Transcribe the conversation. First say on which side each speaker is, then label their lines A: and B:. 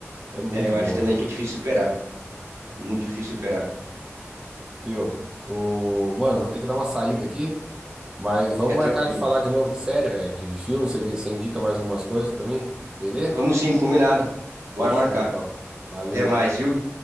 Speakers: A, on the right; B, on the right.
A: É muito
B: É, eu
A: boa,
B: acho também que é difícil superar. Muito difícil superar.
A: viu? O... Mano, eu vou ter que dar uma saída aqui, mas vamos
B: Fica
A: marcar
B: tranquilo.
A: de falar de novo de série, velho, de, de filme. Você, você indica mais algumas coisas pra mim? Beleza?
B: Vamos sim, combinado. Bora
A: Fechou,
B: marcar.
A: então. Valeu.
B: Até mais, viu?